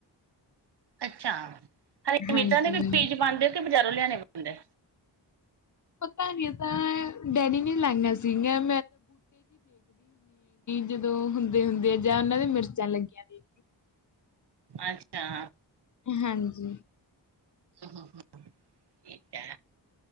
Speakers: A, on the right; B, on the left.
A: ਅੱਛਾ ਹਰੀ
B: ਹਾਂਜੀ।
A: ਮਿਰਚਾਂ ਦੇ ਵੀ ਬੀਜ ਪਾਉਂਦੇ ਕਿ ਬਜ਼ਾਰੋਂ ਲਿਆਣੇ ਪੈਂਦੈ?
B: ਪਤਾ ਨਹੀਂ ਤਾਂ ਡੈਡੀ ਨੇ ਲਾਈਆਂ ਸੀਗੀਆਂ। ਜਦੋਂ ਹੁੰਦੇ ਹੁੰਦੇ ਆ ਜਾਂ ਉਹਨਾਂ ਦੇ ਮਿਰਚਾਂ ਲੱਗੀਆਂ ਦੇ
A: ਅੱਛਾ।
B: ਹਾਂਜੀ।
A: ਹਾ ਠੀਕ ਹੈ